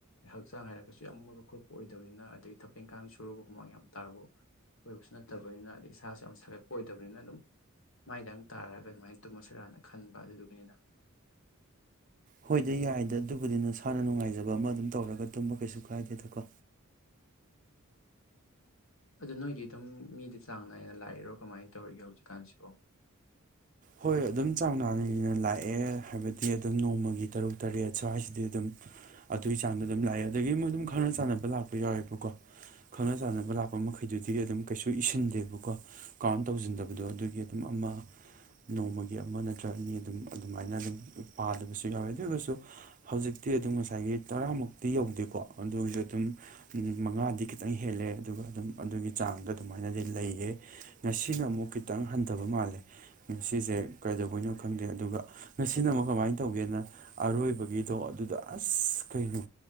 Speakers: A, on the left; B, on the right.
A: ꯍꯛꯆꯥꯡ ꯍꯥꯏꯔꯒꯁꯨ ꯌꯥꯝ ꯃꯣꯏꯕ ꯈꯣꯠꯄ ꯑꯣꯏꯗꯕꯅꯤꯅ ꯑꯗꯒꯤ ꯊꯕꯛ ꯏꯪꯈꯥꯡ ꯁꯨꯔꯨꯕ ꯃꯑꯣꯡ ꯌꯥꯝ ꯇꯥꯕꯨ ꯑꯣꯏꯕꯁꯨ ꯅꯠꯇꯕꯅꯤꯅ ꯑꯗꯩ ꯏꯁꯥꯁꯨ ꯌꯥꯝ ꯁꯥꯒꯠꯄ ꯑꯣꯏꯗꯕꯅꯤꯅ ꯑꯗꯨꯝ ꯃꯥꯏꯗꯪ ꯇꯥꯔꯛꯑꯒ ꯑꯗꯨꯃꯥꯏꯅ ꯇꯨꯝꯃꯁꯤꯔꯥꯅ ꯈꯟꯕ ꯑꯗꯨꯗꯨꯒꯤꯅꯤꯅ
B: ꯍꯣꯏꯗꯤ ꯌꯥꯏꯗ ꯑꯗꯨꯕꯨꯗꯤ ꯅꯁꯥꯅ ꯅꯨꯡꯉꯥꯏꯖꯕ ꯑꯃ ꯑꯗꯨꯝ ꯇꯧꯔꯒ ꯇꯨꯝꯕ ꯀꯩꯁꯨ ꯀꯥꯏꯗꯦꯗꯀꯣ
A: ꯑꯗꯨ ꯅꯣꯏꯗꯤ ꯑꯗꯨꯝ ꯃꯤꯗꯤ ꯆꯥꯡ ꯅꯥꯏꯅ ꯂꯥꯛꯏꯔꯣ ꯀꯃꯥꯏꯅ ꯇꯧꯔꯤꯒꯦ ꯍꯧꯖꯤꯛꯀꯥꯟꯁꯤꯕꯣ
B: ꯍꯣꯏ ꯑꯗꯨꯝ ꯆꯥꯡ ꯅꯥꯅꯅ ꯂꯥꯛꯑꯦ ꯍꯥꯏꯕꯗꯤ ꯑꯗꯨꯝ ꯅꯣꯡꯃꯒꯤ ꯇꯔꯨꯛ ꯇꯔꯦꯠ ꯁ꯭ꯋꯥꯏꯁꯤꯗꯤ ꯑꯗꯨꯝ ꯑꯗꯨꯒꯤ ꯆꯥꯡꯗ ꯑꯗꯨꯝ ꯂꯥꯛꯑꯦ ꯑꯗꯨꯗꯒꯤ ꯑꯃꯨꯛ ꯑꯗꯨꯝ ꯈꯪꯅ ꯆꯥꯟꯅꯕ ꯂꯥꯛꯄ ꯌꯥꯎꯋꯦꯕꯀꯣ ꯈꯪꯅ ꯆꯥꯟꯅꯕ ꯂꯥꯛꯄ ꯃꯈꯩꯗꯨꯗꯤ ꯑꯗꯨꯝ ꯀꯩꯁꯨ ꯏꯁꯤꯟꯗꯦꯕꯀꯣ ꯀꯥꯎꯟ ꯇꯧꯁꯤꯟꯗꯕꯗꯣ ꯑꯗꯨꯒꯤ ꯑꯗꯨꯝ ꯑꯃ ꯅꯣꯡꯃꯒꯤ ꯑꯃ ꯅꯠꯇ꯭ꯔꯒ ꯑꯅꯤ ꯑꯗꯨꯝ ꯑꯗꯨꯃꯥꯏꯅ ꯑꯗꯨꯝ ꯄꯥꯗꯕꯁꯨ ꯌꯥꯎꯋꯦ ꯑꯗꯨꯁꯨ ꯍꯧꯖꯤꯛꯇꯤ ꯑꯗꯨꯝ ꯉꯁꯥꯏꯒꯤ ꯇꯔꯥꯃꯨꯛꯇꯤ ꯌꯧꯗꯦꯀꯣ ꯑꯗꯨꯒꯤꯁꯨ ꯑꯗꯨꯝ ꯃꯉꯥꯗꯤ ꯈꯤꯇꯪ ꯍꯦꯜꯂꯦ ꯑꯗꯨꯒ ꯑꯗꯨꯝ ꯑꯗꯨꯒꯤ ꯆꯥꯡꯗ ꯑꯗꯨꯃꯥꯏꯅꯗꯤ ꯂꯩꯌꯦ ꯉꯁꯤꯅꯨꯛ ꯀ ꯈꯤꯇꯪ ꯍꯟꯊꯕ ꯃꯥꯜꯂꯦ ꯉꯁꯤꯁꯦ ꯀꯩꯗꯧꯕꯅꯣ ꯈꯪꯗꯦ ꯑꯗꯨꯒ ꯉꯁꯤꯅ ꯑꯃꯨꯛ ꯀꯃꯥꯏꯅ ꯇꯧꯒꯦꯅ ꯑꯔꯣꯏꯕꯒꯤꯗꯣ ꯑꯗꯨꯗ ꯑꯁ ꯀꯩꯅꯣ